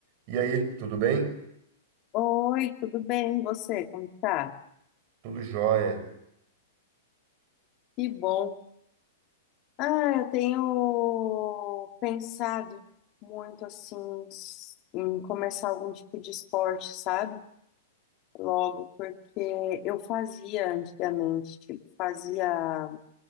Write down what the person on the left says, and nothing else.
Oi, tudo bem? E você? Como tá?
Que bom. Ah, eu tenho pensado muito assim em começar algum tipo de esporte, sabe? Logo, porque eu fazia antigamente, tipo, fazia